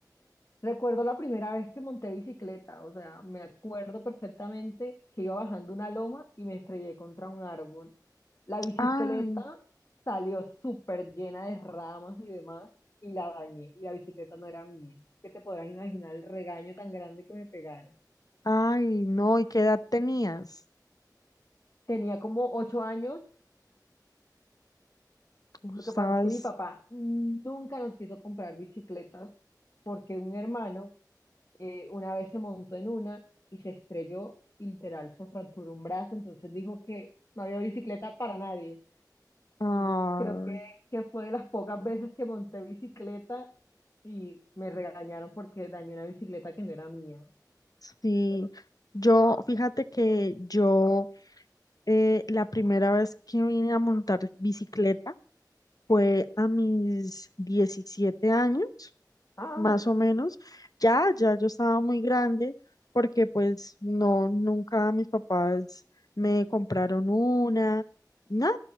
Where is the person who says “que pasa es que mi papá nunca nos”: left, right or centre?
Left